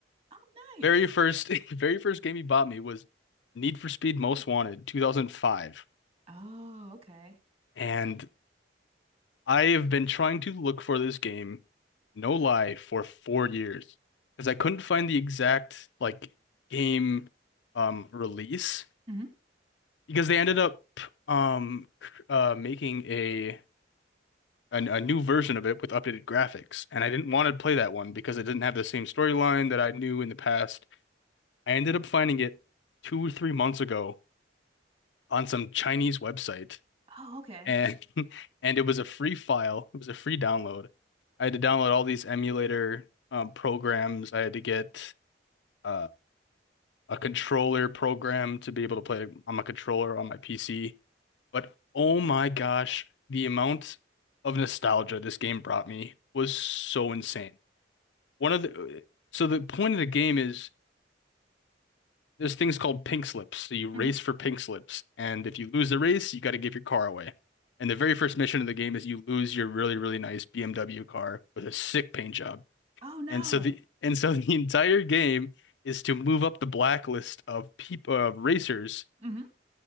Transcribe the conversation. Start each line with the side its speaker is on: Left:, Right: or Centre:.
Right: Oh, nice.
Left: Very first, <laughs> very first game he bought me was Need for Speed Most Wanted, 2005.
Right: Oh, okay.
Left: And I have been trying to look for this game, no lie, for four years because I couldn't find the exact like game um release
Right: hmm
Left: because they ended up um cr- uh making a an, a new version of it with updated graphics and I didn't want to play that one because it didn't have the same storyline that I knew in the past. I ended up finding it two or three months ago on some Chinese website
Right: Oh, okay.
Left: and <laughs> and it was a free file. It was a free download. I had to download all these emulator um, programs. I had to get uh, a controller program to be able to play on my controller on my PC. But oh my gosh, the amount of nostalgia this game brought me was so insane. One of the so the point of the game is There's things called pink slips. So you race
Right: hmm
Left: for pink slips, and if you lose the race, you got to give your car away. And the very first mission of the game is you lose your really, really nice BMW car with a sick paint job.
Right: Oh no.
Left: And so the and so <laughs> the entire game is to move up the blacklist of people of racers
Right: hmm